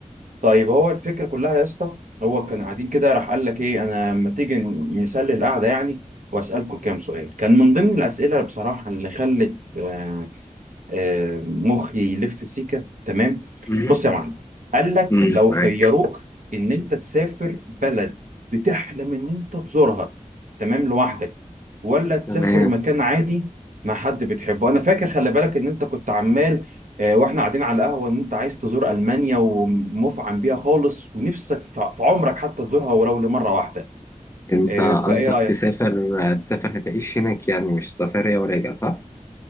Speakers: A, on the right; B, on the left.
A: طيب هو الفكره كلها يا اسطى هو كان قاعدين كده راح قال لك ايه انا لما تيجي نسلي القعده يعني واسالكم كام سؤال كان من ضمن الاسئله بصراحه اللي خلت آه، آه، مخي يلف سيكه تمام
B: مم.
A: بص يا معلم قال لك
B: مم،
A: لو
B: معاك
A: خيروك ان انت تسافر بلد بتحلم ان انت تزورها تمام لوحدك ولا تسافر
B: تمام
A: مكان عادي مع حد بتحبه انا فاكر خلي بالك ان انت كنت عمال آه، واحنا قاعدين على القهوه ان انت عايز تزور المانيا ومفعم بيها خالص ونفسك في في عمرك حتى تزورها ولو لمره واحده
B: أنت
A: آه،
B: قصدك
A: فايه رايك
B: تسافر آه، تسافر هتعيش هناك يعني مش سفرية وراجع صح؟